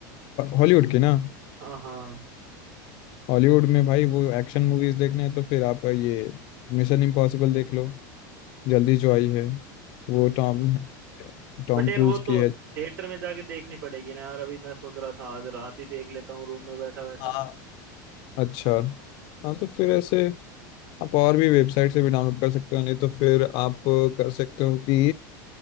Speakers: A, on the left (about 55°); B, on the right (about 85°).
A: हॉलीवुड की ना
B: हाँ हाँ
A: हॉलीवुड में भाई वो एक्शन मूवीज देखने हैं तो फिर आप ये मिशन इम्पॉसिबल देख लो जल्दी जो आई है वो
B: हम्म
A: टॉम टॉम
B: बट यार
A: क्रूज
B: वो तो
A: की है
B: थिएटर में जाके देखनी पड़ेगी ना यार अभी मैं सोच रहा था आज रात ही देख लेता हूँ रूम में बैठा बैठा
A: हाँ अच्छा हाँ तो फिर ऐसे आप और भी वेबसाइट से भी डाउनलोड कर सकते हो नहीं तो फिर आप कर सकते हो कि